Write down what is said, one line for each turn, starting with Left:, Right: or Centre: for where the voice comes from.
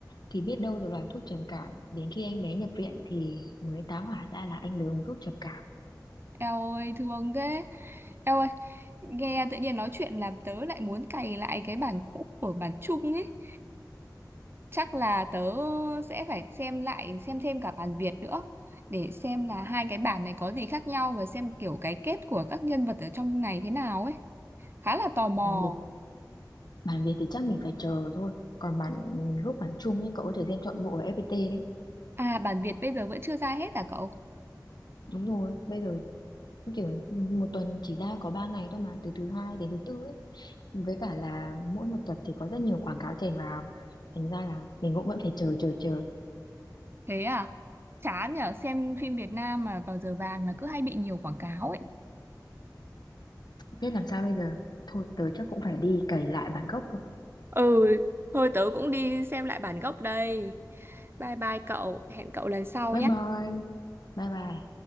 Left: thì biết đâu được là thuốc trầm cảm đến khi anh bé nhập viện thì mới tá hỏa ra là anh lớn uống thuốc trầm cảm
Right: eo ơi thương thế eo ơi nghe tự nhiên nói chuyện làm tớ lại muốn cày lại cái bản cũ của bản chung ấy chắc là tớ sẽ phải xem lại xem thêm cả bản Việt nữa để xem là hai cái bản này có gì khác nhau và xem kiểu cái kết của các nhân vật ở trong này thế nào ấy khá là tò mò
Left: làm việc. Bản Việt thì chắc mình phải chờ thôi. Còn bản gốc bản Trung ấy cậu có thể xem trọn bộ ở FPT đấy.
Right: à bản Việt bây giờ vẫn chưa ra hết à cậu
Left: Đúng rồi, bây giờ kiểu một tuần chỉ ra có 3 ngày thôi mà, từ thứ hai đến thứ tư ấy. Với cả là mỗi một tập thì có rất nhiều quảng cáo chèn vào. Thành ra là mình cũng vẫn phải chờ chờ chờ.
Right: thế à chán nhở xem phim Việt Nam mà vào giờ vàng là cứ hay bị nhiều quảng cáo ấy
Left: Biết làm sao bây giờ. Thôi tớ chắc cũng phải đi cày lại bản gốc thôi.
Right: Ừ, thôi tớ cũng đi xem lại bản gốc đây. Bye bye cậu, hẹn cậu lần sau
Left: Bye
Right: nhé.
Left: bye. Bye bye.